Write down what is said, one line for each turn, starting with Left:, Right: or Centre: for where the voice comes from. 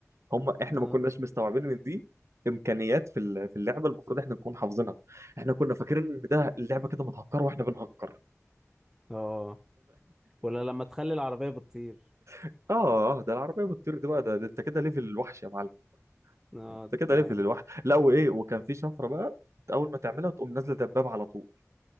Right: هم احنا
Centre: اه
Right: ما كناش مستوعبين ان دي امكانيات في ال- في اللعبه المفروض احنا نكون حافظينها احنا كنا فاكرين ان ده اللعبه كده متهكره واحنا بنهكر
Centre: اه ولا لما تخلي العربيه بتطير
Right: اه اه ده العربيه بتطير دي بقى ده, ده انت كده ليفل الوحش يا معلم
Centre: اه
Right: انت كده
Centre: اه
Right: ليفل الوحش لا وايه وكان في شفره بقى انت اول ما تعملها تقوم نازله دبابه على طول